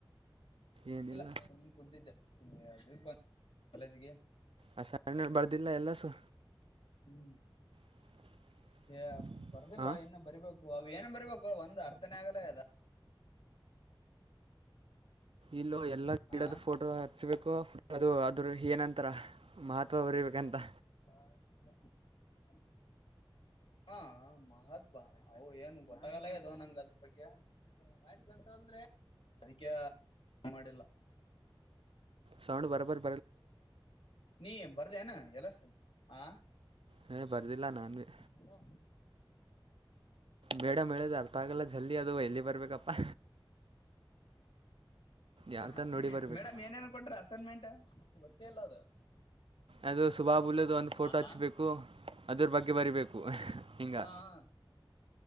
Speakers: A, on the right; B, on the left.
A: ಏನಿಲ್ಲ
B: ಲ್ಲ ಸುಮ್ ಕುಂತಿದ್ದ ಇಲ್ಲಿ <unintelligible> ಕಾಲೇಜ್ಗೆ.
A: ಆ ಸಣ್ಣ ಬರ್ದಿಲ್ಲ ಎಲ್ಲಸ್ಸು.
B: ಹ್ಮ್.
A: <inaudible>
B: ಏ ಬರ್ದಿಲ್ಲ
A: ಹಾ
B: ಇನ್ನ ಬರಿಬೇಕು ಅವ ಏನ ಬರಿಬೇಕ. ಒಂದು್ ಅರ್ಥನೆ ಆಗಲ್ಲ ಅದ
A: ಇಲ್ಲೋ ಎಲ್ಲ ಗಿಡದ
B: ಆ
A: ಫೋಟೋ ಹಚ್ಬೇಕು ಅದು ಅದ್ರ ಏನಂತರ ಮಹತ್ವ ಬರಿೀಬೇಕಂತ
B: ಮಾಡ ತ <inaudible> ಹಾ ಮಹತ್ವ ಅ ಏನ್ ಗೊತ್ತಾಗಲ್ಲ ಅದುೋ ನಂಗ ಅದ್ರ ಬಗ್ಗೆ ವಯಸ್ಸ ಕೆಲ್ಸ ಅ್ರೆ ಅದಕ್ಕೆ ಮಾಡಿಲ್ಲ
A: ಸೌಂಡ್ ಬರಬರ್
B: ನೀ ಬರ್ದೇನ ಎಲಸ ಹ
A: ಹ ಬರ್ದಿಲ್ಲ ನಾನನ್
B: ಹಲೋ
A: ಮೇಡಮ ಹೇಳದು್ ಅರ್ಥ ಆಗಲ್ಲ ಜಲ್ದ ಅದು ಎಲ್ಲಿ ಬರ್ಬೇಕಪ್ಪಾ ಯಾರ್ತಾನ
B: ಹ
A: ನೋಡಿ ಬರಬೇಕು
B: ಮೇಡಮ್ ಏನೇನ್ ಕೊಟ್ರ ಸನ್ಮೆಂಟ್ ಗತ್ತೆ ಎಲ್ಲ ಅ
A: ಅದು ಸುಬಾಬುಲದು ಒಂದು ಫೋಟೋ
B: ಆ
A: ಹಚ್ಬೇಕು ಅದ್ರ ಬಗ್ಗೆ ಬರಿಬೇಕು ಹಿಂಗೆ
B: ಹಾ